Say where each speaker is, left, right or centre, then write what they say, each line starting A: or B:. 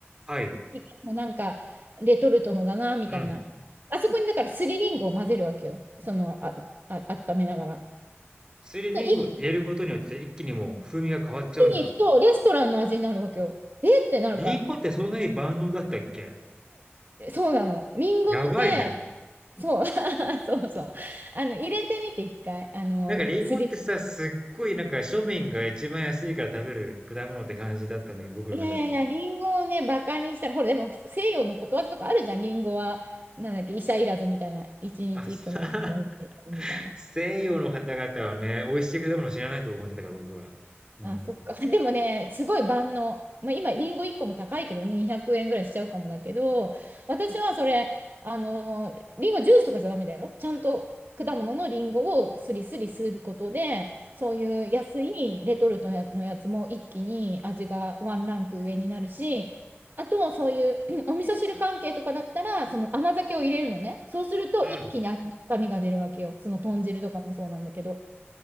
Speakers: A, on the right; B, on the right.
A: はい。
B: いかにもなんか、レトルトのだな、みたいな。
A: うん。
B: あそこに、だから、すりりんごを混ぜるわけよ。その、あ、あ、温めながら。
A: すりりんご入れることによって一気にもう風味が変わっちゃうんだ。
B: で一気に行くと、レストランの味になるわけよ。えってなるか
A: りんごってそんなに万能だったっけ
B: ら。そうなの。りんごって、
A: やばいね。
B: そう、<laughs> そうそう。あの、入れてみて、一回。あの、
A: なんかりんごってさ、
B: すり
A: すっごいなんか庶民が一番安いから食べる果物って感じだったんだけど、僕の中では。
B: いやいやいや、リンゴをね、バカにしたら、ほら、でも西洋のことわざとかあるじゃん、リンゴは、なんだっけ、医者いらずみたいな、一日一個のリンゴはいらずみたいな。
A: あ、さ、<laughs> 西洋の方々はね、美味しい果物知らないと思ってたから僕は。うん。
B: あ、そっか。<laughs> でもね、すごい万能。まあ、今、リンゴ1個も高いけどね、200円ぐらいしちゃうかもだけど、私はそれ、あの、リンゴジュースとかじゃダメだよ。ちゃんと果物のリンゴをスリスリすることで、そういう安いレトルトのやのやつも一気に味がワンランク上になるし、あと、そういう <clears throat> お味噌汁関係とかだったら、その甘酒を入れるのね。そうすると一気に味の深みが出るわけよ。
A: うん。
B: その豚汁とかもそうなんだけど。